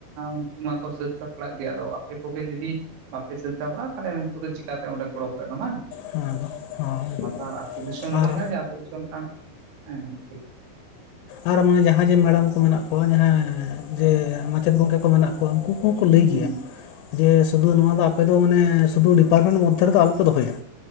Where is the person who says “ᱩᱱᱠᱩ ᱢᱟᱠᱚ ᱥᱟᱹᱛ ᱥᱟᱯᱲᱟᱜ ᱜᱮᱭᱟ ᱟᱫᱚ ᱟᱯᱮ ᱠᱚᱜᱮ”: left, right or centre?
Right